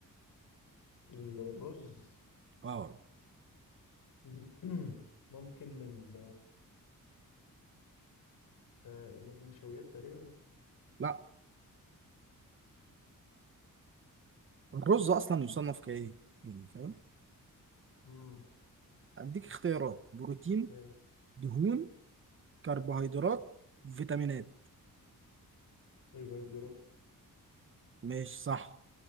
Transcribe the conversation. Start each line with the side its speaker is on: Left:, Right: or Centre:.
Left: يلا الرز
Right: اه
Left: <clears throat> ممكن ال شا- ممكن نشويات تقريبا
Right: لا الرز اصلا يصنف كايه يعني فاهم
Left: مم.
Right: هديك اختيارات بروتين
Left: ماشي
Right: دهون كربوهيدرات فيتامينات
Left: طيب هيدرات
Right: ماشي صح